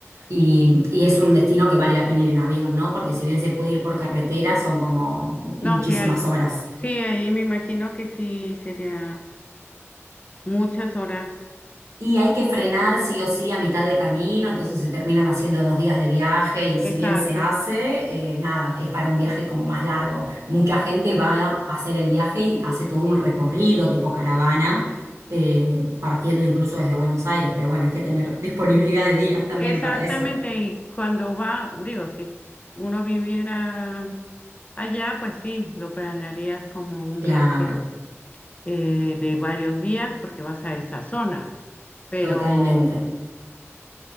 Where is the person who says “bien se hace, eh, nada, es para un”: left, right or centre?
Right